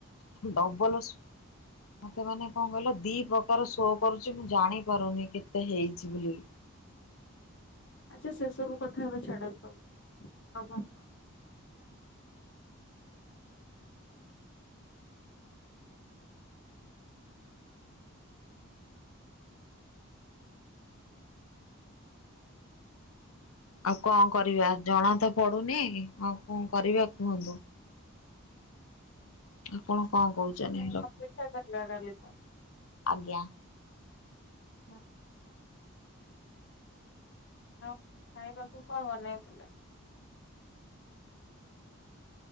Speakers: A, on the left; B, on the left.
A: ଡବଲ ମତେ ମାନେ କଣ କହିଲ ଦି ପ୍ରକାର ଶୋ କରୁଛି ମୁଁ ଜାଣିପାରୁନି କେତେ ହେଇଛି ବୋଲି
B: ଆଚ୍ଛା ସେ ସବୁ କଥା ଏବେ ଛାଡ଼ନ୍ତୁ ଆଉ କ
A: ଆଉ କଣ କରିବା ଜଣା ତ ପଡୁନି ଆଉ କଣ କରିବା କୁହନ୍ତୁ? ଆପଣ କଣ କହୁଛନ୍ତି
B: କିଛି ନାହିଁ
A: ର
B: ଅପେକ୍ଷା କରିବା କାଲିକୁ
A: ଆଜ୍ଞା।
B: ହଁ। ଆଉ ଖାଇବାକୁ କଣ ବନେଇଥିଲେ?